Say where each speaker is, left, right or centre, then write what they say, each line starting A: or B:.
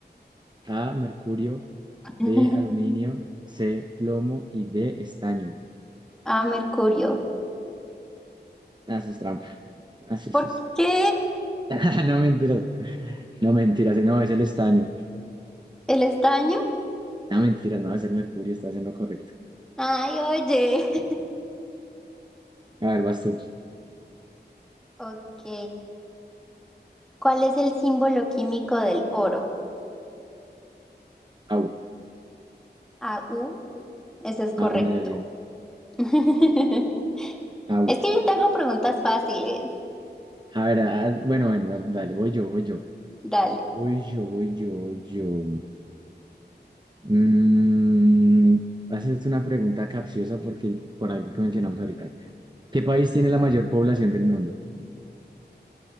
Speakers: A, on the right; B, in the centre.
A: A, mercurio,
B: <laughs>
A: B, aluminio, C, plomo y D, estaño.
B: Ah, mercurio.
A: Haces trampa. Ah, sí,
B: ¿Por
A: sí, sí.
B: qué?
A: <laughs> No mentiras, no mentiras, no es el estaño.
B: ¿El estaño?
A: No mentiras, no es el mercurio, está haciendo correcto.
B: Ay, oye. <laughs>
A: A ver, vas tú.
B: Ok. ¿Cuál es el símbolo químico del oro?
A: Au,
B: AU. Ese es correcto.
A: au, me dolió.
B: <laughs>
A: Au.
B: Es que yo te hago preguntas fáciles.
A: A ver, ah, bueno, bueno, dale, dale, voy yo, voy yo.
B: Dale.
A: Voy yo, voy yo, voy yo. Mm, hacerte una pregunta capciosa porque por algo que mencionamos ahorita. ¿Qué país tiene la mayor población del mundo?